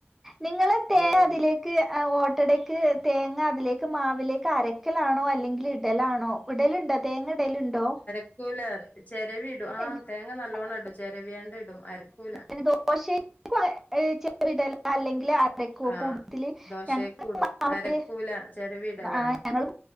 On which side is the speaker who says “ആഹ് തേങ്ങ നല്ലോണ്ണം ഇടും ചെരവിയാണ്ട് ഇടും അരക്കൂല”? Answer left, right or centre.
Left